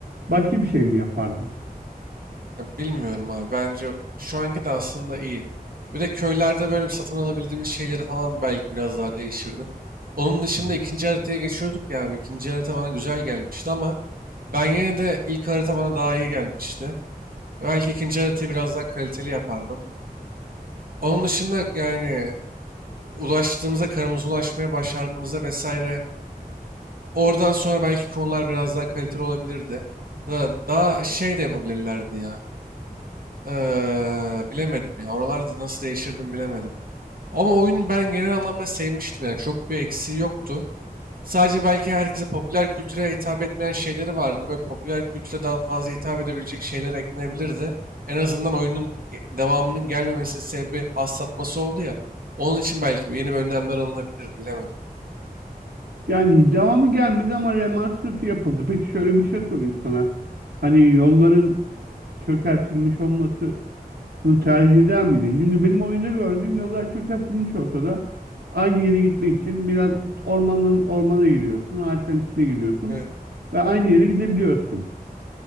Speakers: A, on the right; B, on the right.
A: başka bir şey mi yapardın?
B: Ya bilmiyorum abi. Bence şu anki de aslında iyi. Bir de köylerde böyle bir satın alabildiğimiz şeyleri falan belki biraz daha değiştirdim. Onun dışında
A: Hı hı.
B: ikinci haritaya geçiyorduk ya abi. İkinci harita bana güzel gelmişti ama Ben yine de ilk harita bana daha iyi gelmişti. Belki ikinci haritayı biraz daha kaliteli yapardım. Onun dışında yani ulaştığımızda karımıza ulaşmaya başardığımızda vesaire oradan sonra belki konular biraz daha kaliteli olabilirdi. Da, daha şey de yapabilirlerdi ya. Ee, bilemedim ya. Oralarda nasıl değişirdim bilemedim. Ama oyun ben genel anlamda sevmiştim yani. Çok bir eksiği yoktu. Sadece belki herkese popüler kültüre hitap etmeyen şeyleri vardı ve popüler kültüre daha fazla hitap edebilecek şeyler eklenebilirdi. En azından oyunun ge- devamının gelmemesi sebebi az satması oldu ya. Onun için belki yeni bir önlemler alınabilirdi bilemedim.
A: Yani devamı gelmedi ama remastered yapıldı. Peki şöyle bir şey sorayım sana. Hani yolların çökertilmiş olmasını tercih eder miydin? Çünkü benim oyunda gördüğüm yollar çökertilmiş olsa da aynı yere gitmek için biraz ormanın ormana giriyorsun, ağaçların içine giriyorsun
B: Evet,
A: ve aynı yere gidebiliyorsun.